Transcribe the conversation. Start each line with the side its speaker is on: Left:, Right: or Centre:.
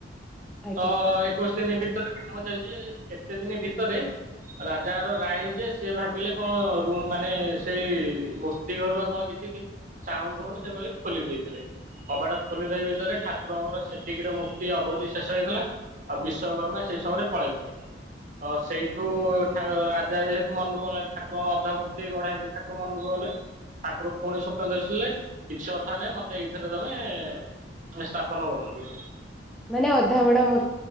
Centre: ଆଜ୍ଞା
Right: ତ କେତେ ଦିନ ଭିତରେ କାମ ଚାଲିଛି କେତେ ଦିନ ଭିତରେ ରାଜାର ରାଣୀ ଯେ ସେ ଭାବିଲେ କଣ ରୁମ୍ ମାନେ ସେଇ ମୂର୍ତ୍ତି ଘରୁ ଆଉ କଣ କିଛି ସାଉଣ୍ଡ ହଉନି ସେ ଖୋଲି ଦେଇଥିଲେ କବାଟ ଖୋଲି ଦେଇ ଭିତରେ ଠାକୁରଙ୍କର ସେତିକିରେ ମୂର୍ତ୍ତି ଅବଧି ଶେଷ ହେଇଥିଲା ଆଉ ବିଶ୍ଵକର୍ମା ସେଇ ସମୟରେ ପଳେଇଥିଲେ ତ ସେଇଠୁ ଏଠାର ରାଜା ଯେହେତୁ ମନଦୁଃଖ ହେଲା ଠାକୁରଙ୍କର ଅଧା ମୂର୍ତ୍ତି ଗଢା ହେଇଛି ଠାକୁର ମନଦୁଃଖ କଲେ ଠାକୁର ପୁଣି ସ୍ୱପ୍ନାଦେଶ ଦେଲେ କିଛି କଥା ନାଇଁ ମୋତେ ଏଇଥିରେ ତମେ ସ୍ଥାପନ କରନ୍ତୁ
Centre: ମାନେ ଅଧା ଗଢା ମୂର୍ତ୍ତି